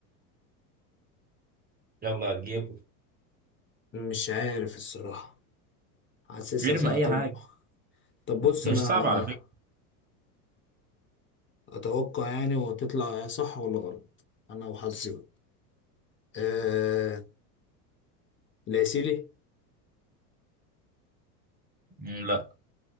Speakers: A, on the right (about 20°); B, on the left (about 25°).
A: يلا جيبه
B: مش عارف الصراحة حاسسها
A: ارمي
B: صعب
A: اي
B: طب
A: حاجه
B: طب بص
A: مش
B: أنا
A: صعب على فكره
B: أتوقع يعني وتطلع صح ولا غلط أنا وحظي بقى. أه... العسيلي
A: مم، لا